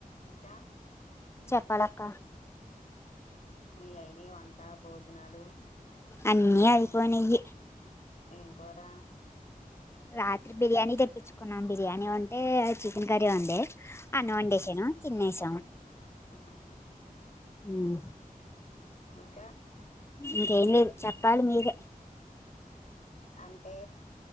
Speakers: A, on the left; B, on the left.
A: దా
B: పలకా
A: మీ అయినయ వంటా భోజనాలు
B: అన్నీ అయిపోయినాయి
A: ఏం కూర
B: రాత్రి బిర్యానీ తెప్పించుకున్నాం బిర్యానీ ఉంటే చికెన్ కర్రీ ఉండే అన్నం వండేషను తిన్నేస
A: ఉహ్
B: ఉహ్
A: ఇంకా
B: ఇంకేం లేదు చెప్పాలి మీరే
A: అంటే